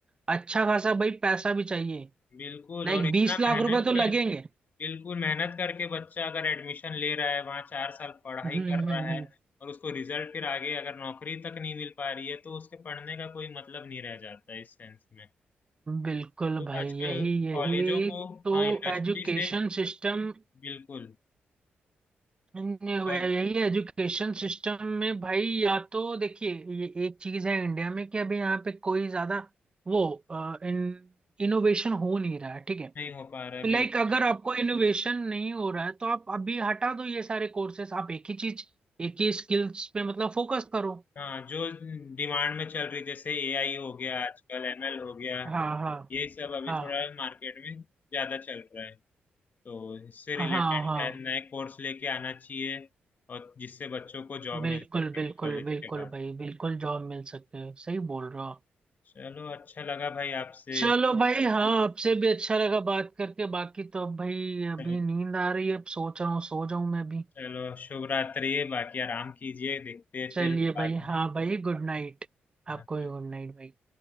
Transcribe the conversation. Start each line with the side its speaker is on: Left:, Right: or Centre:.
Right: अच्छा खासा भाई पैसा भी चाहिए
Left: बिल्कुल
Right: लाइक
Left: और इतना
Right: बीस लाख
Left: मेहनत
Right: रुपए तो लगेंगे
Left: कर बिल्कुल मेहनत करके बच्चा अगर एडमिशन ले रहा है वहाँ चार साल पढ़ाई
Right: हम्म हम्म,
Left: कर रहा है
Right: हम्म,
Left: और उसको रिजल्ट फिर आगे अगर नौकरी तक नहीं मिल पा रही है तो उसके पढ़ने का कोई मतलब नहीं रह जाता है इस सेंस में
Right: बिल्कुल
Left: तो
Right: भाई
Left: आजकल
Right: यही यही
Left: कॉलेजों को
Right: तो
Left: हाँ इंडस्ट्री
Right: एजुकेशन
Left: से
Right: सिस्टम
Left: बिल्कुल
Right: यही
Left: कॉल-
Right: एजुकेशन सिस्टम में भाई या तो देखिए ये एक चीज है इंडिया में कि अभी यहाँ पे कोई ज्यादा वो अ, इन इनोवेशन हो नहीं रहा है ठीक है
Left: नहीं हो पा रहा है
Right: लाइक
Left: बिल्कुल
Right: अगर आपको इनोवेशन नहीं हो रहा है तो आप अभी हटा दो ये सारे कोर्सेस आप एक ही चीज एक ही स्किल्स पे मतलब फोकस करो
Left: हाँ जो डिमांड में चल रही जैसे एआई हो गया आजकल एमएल हो गया
Right: हाँ हाँ
Left: ये सब अभी
Right: हाँ
Left: थोड़ा मार्केट में ज्यादा चल रहा है तो इससे रिलेटेड
Right: हाँ हाँ
Left: शायद नए कोर्स लेके आना चाहिए और जिससे बच्चों को जॉब
Right: बिल्कुल
Left: मिल सके
Right: बिल्कुल
Left: कॉलेज
Right: बिल्कुल
Left: के बाद
Right: भाई बिल्कुल जॉब मिल सकते हैं सही बोल रहे हो आप
Left: चलो अच्छा लगा भाई आपसे
Right: चलो
Left: इस-
Right: भाई हाँ आपसे भी अच्छा लगा बात करके बाकी तो अब भाई अभी
Left: चलो
Right: नींद आ रही है अब सोच रहा हूँ सो जाऊं मैं भी
Left: चलो शुभ रात्रि बाकी आराम कीजिए देखते हैं
Right: चलिए
Left: फिर
Right: भाई
Left: बाद में
Right: हाँ भाई गुड नाइट
Left: हाँ,
Right: आपको भी गुड नाइट भाई